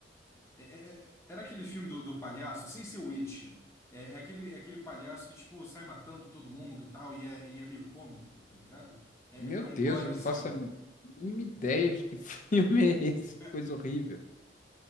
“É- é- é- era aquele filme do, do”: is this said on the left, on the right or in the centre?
Left